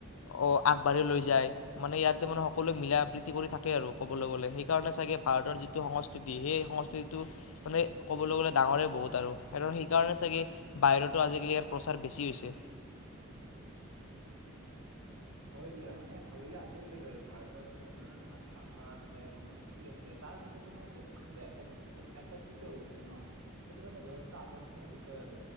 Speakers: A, on the left (about 75°); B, on the right (about 80°).
A: অ আগবাঢ়ি লৈ যায় মানে ইয়াতে মানে সকলোৱে মিলা প্ৰীতি কৰি থাকে আৰু ক'বলৈ গ'লে সেইকাৰণে চাগে ভাৰতৰ যিটো সংস্কৃতি সেই সং সেইটো মানে ক'বলৈ গ'লে ডাঙৰে বহুত আৰু স সেইকাৰণে চাগে বাহিৰতো আজিকালি ইয়াৰ প্ৰচাৰ বেছি হৈছে
B: হয় দিয়া মানে ভাবিলে আচৰিত লাগে আৰু ভাৰতত ইমান ভাষা আছে সংস্কৃতি আছে তাৰ পিছতো মানে দেশখন যে একতিত একত্ৰিত হৈ থাকে ন সেইটো মানে যথেষ্ট আকৰ্ষণীয় বিষয় আৰু